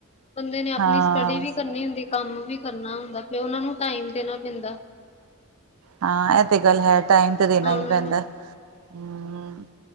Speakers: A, on the left (about 30°); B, on the right (about 80°).
A: ਬੰਦੇ ਨੇ ਆਪਣੀ
B: ਹਾਂ
A: ਸਟੱਡੀ ਵੀ ਕਰਨੀ ਹੁੰਦੀ, ਕੰਮ ਵੀ ਕਰਨਾ ਹੁੰਦਾ, ਫਿਰ ਉਹਨਾ ਨੂੰ ਟਾਈਮ ਦੇਣਾ ਪੈਂਦਾ
B: ਹਾਂ ਇਹ ਤੇ ਗੱਲ ਹੈ ਟਾਈਮ ਤੇ ਦੇਣਾ
A: ਤਾਂ ਉਹਨਾਂ
B: ਹੀ ਪੈਂਦਾ
A: ਨੂੰ
B: ਹੂੰ